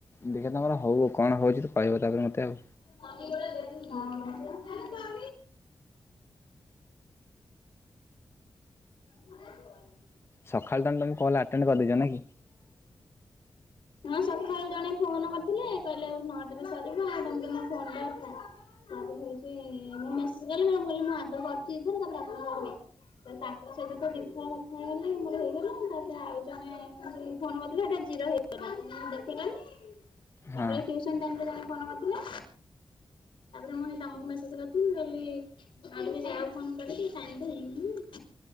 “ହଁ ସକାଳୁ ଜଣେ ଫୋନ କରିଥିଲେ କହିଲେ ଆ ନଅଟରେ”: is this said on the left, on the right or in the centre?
Left